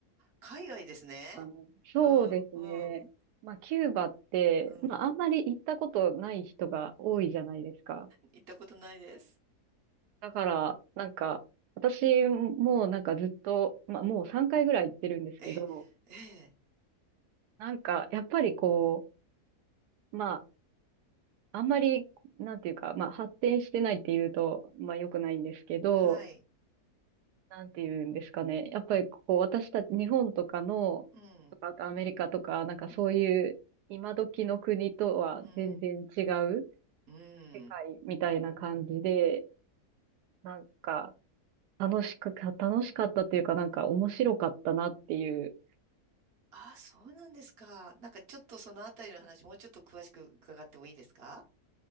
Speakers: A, on the right; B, on the right.
A: 海外ですね。
B: あの、そうですね。
A: うん、うん、
B: まあキューバって、
A: うん。
B: まああんまり行ったことない人が多いじゃないですか。
A: 行ったことないです。
B: だからなんか私もなんかずっと、まあもう3回ぐらい行ってるんですけど、
A: え、ええ、
B: なんかやっぱりこう、まああんまりなんていうか、まあ発展してないっていうと、まあ良くないんですけど、
A: はい。
B: なんていうんですかね。やっぱりこう、私たち、日本とかの、
A: うん、
B: とか、あとアメリカとか、なんかそういう、
A: うん、
B: 今時の国とは全然違う
A: うん、うん。
B: 世界みたいな感じで、なんか、楽しくか、楽しかったっていうか、なんか面白かったなっていう。
A: ああ、そうなんですか。なんかちょっとそのあたりの話、もうちょっと詳しく伺ってもいいですか